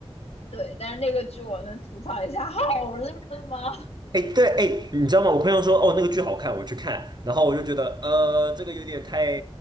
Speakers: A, on the left; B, on the right.
A: 对，但是那个剧我能吐槽一下，<laughs> 好烂吗？<laughs>
B: 哎，对，哎，你知道吗？我朋友说，哦，那个剧好看，我去看，然后我就觉得，呃，这个有点太，